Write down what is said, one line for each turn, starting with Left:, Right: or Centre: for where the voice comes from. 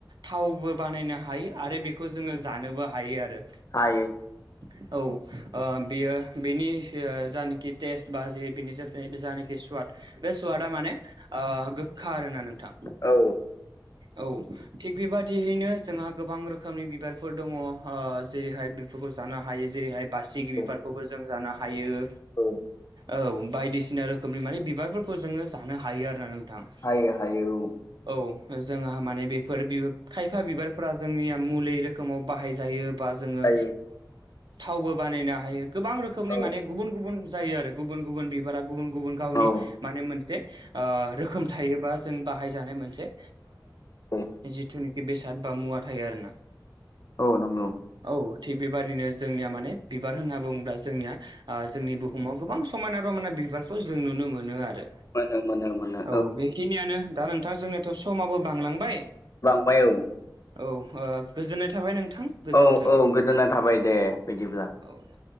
Right: थावबो बानायनो हायो आरो बेखौ जोङो जानोबो हायो आरो
Left: हायो
Right: <inaudible> औ बियो बेनि जानोखि टेस्ट बा जे बेनि जानाखि स्वाद बे सुवादा माने गोखा आरोना नोंथां
Left: औ
Right: औ थिग बेबादियैनो जोंहा गोबां रोखोमनि बिबारफोर दङ जेरैहाय बेफोरखौ जानो हायो जेरैहाय बासिगिरि
Left: औ
Right: बिबारखौबो जों जानो हायो
Left: औ
Right: औ बायदिसिना रोखोमनि माने बिबारफोरखौ जोङो जानो हायो आरो ना नोंथां
Left: हायो हायो औ
Right: औ जोंहा माने बेफोर खायफा बिबारफोरा जोंनिया मुलि रोखोमाव बाहायजायो बा जोङो
Left: हायो
Right: थावबो बानायनो हायो गोबां रोखोमनि
Left: औ
Right: माने गुबुन गुबुन जायो आरो गुबुन गुबुन बिबारा गुबुन गुबुन गावनि
Left: औ
Right: माने मोनसे रोखोम थायोबा जों बाहाय जानाय मोनसे
Left: औ
Right: जिथुनाखि बेसाद बा मुवा थायो आरो ना
Left: औ नंगौ
Right: औ थिग बेबादिनो जोंनिया माने बिबार होनना बुङोब्ला जोंनिया जोंनि बुहुमाव गोबां समायना रमायना बिबारखौ जों नुनो मोनो आरो
Left: मोनो मोनो मोनो
Right: औ बेखिनियानो दा नोंथां जोंनिथ' समाबो बांलांबाय
Left: बांबाय औ
Right: औ गोजोननाय थाबाय नोंथां गोजोन्थों
Left: औ-औ गोजोना थाबाय दे बिदिब्ला
Right: औ दे